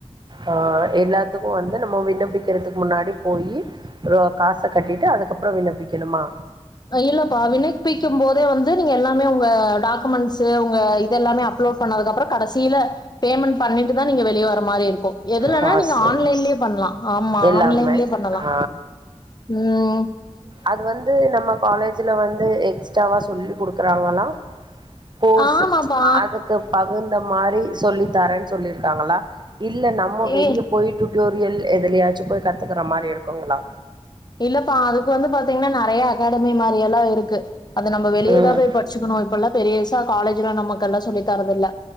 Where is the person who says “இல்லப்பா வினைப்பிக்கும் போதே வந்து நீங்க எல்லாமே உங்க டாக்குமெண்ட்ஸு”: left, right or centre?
Left